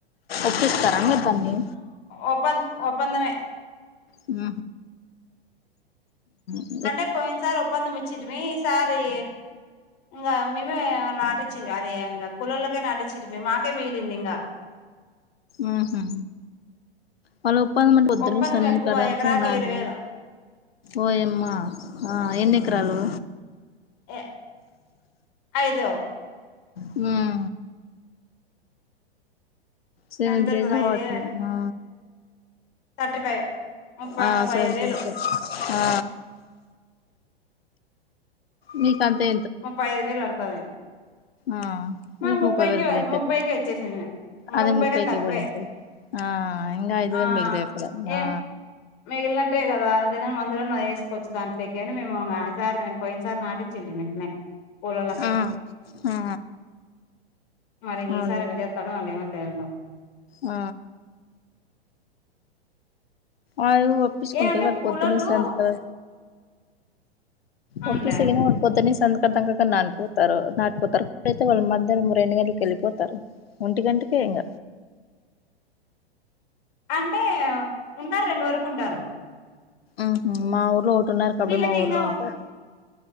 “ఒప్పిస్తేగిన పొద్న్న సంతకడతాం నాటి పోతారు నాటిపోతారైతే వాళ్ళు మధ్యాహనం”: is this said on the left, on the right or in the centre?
Left